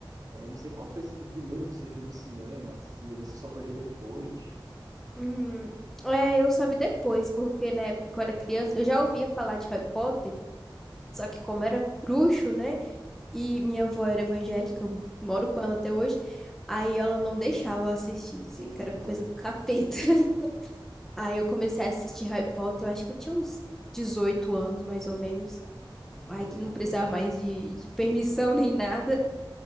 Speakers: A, on the right; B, in the centre.
A: É, não sei qual foi esse- o primeiro que você viu no cinema, se você só foi ver depois.
B: uhum. É, eu só vi depois, porque na época que eu era criança, eu já ouvia falar de Harry Potter, só que como era bruxo, né? E minha avó era evangélica, eu moro com ela até hoje, aí ela não deixava eu assistir, disse
A: Eita,
B: que era coisa do capeta. <laughs> Aí eu comecei a assistir Harry Potter, eu acho que eu tinha uns 18 anos, mais ou menos. Aí
A: foi
B: que
A: depois.
B: não precisava mais de, de permissão nem nada.